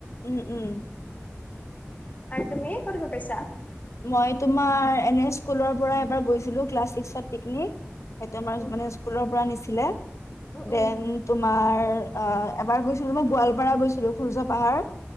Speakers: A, on the left; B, on the left.
A: উম উম
B: তুমি ক'ত গৈ পাইছা?
A: মই তোমাৰ এনে স্কুলৰ পৰা গৈছিলো ক্লাছ ছিক্সত পিকনিক। হেইটো আমাৰ
B: উম,
A: মানে স্কুলৰ পৰা নিছিলে,
B: উম, উম,
A: দেন তোমাৰ অ' এবাৰ গৈছিলোঁ মই গোৱালপাৰা গৈছিলোঁ সূৰ্য পাহাৰ